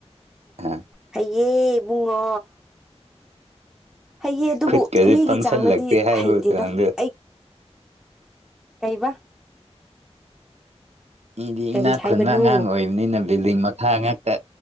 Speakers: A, on the right; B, in the centre.
A: ꯑꯥ
B: ꯍꯩꯌꯦ ꯏꯕꯨꯡꯉꯣ ꯍꯩꯌꯦ ꯑꯗꯨꯕꯨ
A: ꯈꯨꯠꯀꯗꯤ
B: ꯃꯤꯒꯤ
A: ꯄꯪꯁꯜꯂꯛꯇꯦ
B: ꯆꯥꯡꯗꯗꯤ
A: ꯍꯥꯏꯕ
B: ꯍꯩꯇꯦꯗ
A: ꯃꯇꯥꯡꯗ
B: ꯑꯩ ꯀꯩꯕ
A: ꯃꯤꯗꯤ
B: ꯀꯔꯤ
A: ꯏꯅꯥꯛ
B: ꯍꯥꯏꯕꯅꯣ
A: ꯈꯨꯟꯕ ꯑꯉꯥꯡ ꯑꯣꯏꯕꯅꯤꯅ ꯕꯤꯜꯗꯤꯡ ꯃꯈꯥ ꯉꯥꯛꯇ